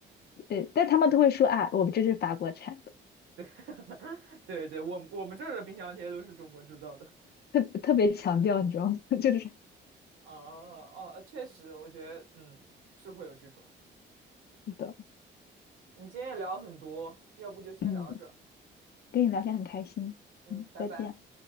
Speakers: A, on the left; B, on the right.
A: 呃，但他们都会说啊，我们这是法国产的，
B: <laughs> 对对，我我们这儿的冰箱贴都是中国制造的。
A: 特特别强调，你知道吗？<laughs> 就是是
B: <laughs> 哦哦，确实，我觉得嗯是会有这种。
A: 的，
B: 我们今天也聊了很多，要不就先聊到这儿。
A: 嗯，跟你聊天很开心，
B: 嗯，
A: 嗯，
B: 拜拜。
A: 再见。